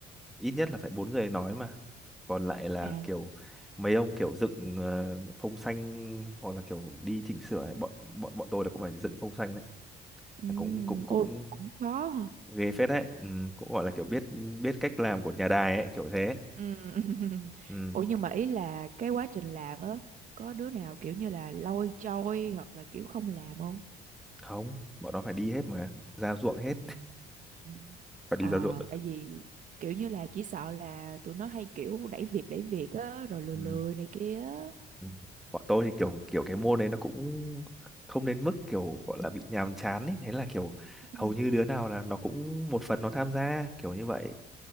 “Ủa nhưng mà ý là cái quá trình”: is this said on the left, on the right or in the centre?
Right